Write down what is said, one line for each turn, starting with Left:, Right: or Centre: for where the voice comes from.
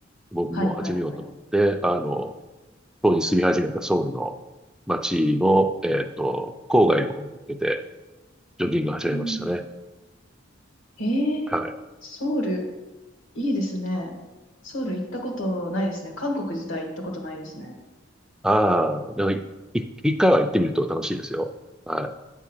Centre: 僕も始めようと思って、
Left: はい、はい、はい。
Centre: あの、当時住み始めたソウルの街の、えっと、郊外の方に向けてジョギングを始めましたね。
Left: うん。えー、
Centre: はい。
Left: ソウル、いいですね。ソウル行ったことないですね。韓国自体行ったことないですね。
Centre: ああ、でもい、い一回は行ってみると楽しいですよ。はい。